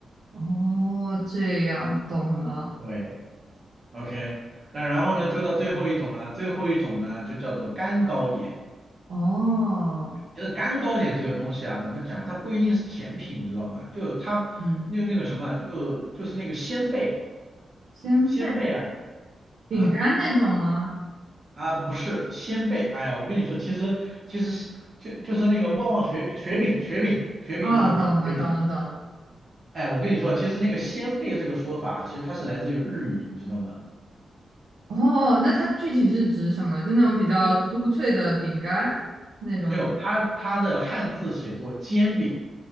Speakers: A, on the right; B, on the right.
A: 哦，这样懂了。
B: 对。OK，那然后呢，就到最后一种了。最后一种呢，就叫做干糕点。
A: 哦，
B: 就是干糕点这个东西啊，怎么讲呢？它不一定是甜品，你知道吗？就是它那那个什么啊，
A: 嗯，
B: 就就是那个鲜贝，
A: 鲜贝
B: 鲜贝啊
A: 饼干那种吗？
B: 啊啊，不是鲜贝。哎呀，我跟你说，其实其实就就是那个旺旺雪饼，雪饼雪饼雪饼，
A: 哦，
B: 能懂吗？
A: 懂了，
B: 雪饼。
A: 懂了，懂了。
B: 哎，我跟你说，其实那个鲜贝这个说法啊，其实它是来自于日语，你知道吗？
A: 哦，那它具体是指什么？就那种比较酥脆的饼干，
B: 就
A: 那种
B: 没有，它它的汉字写作煎饼。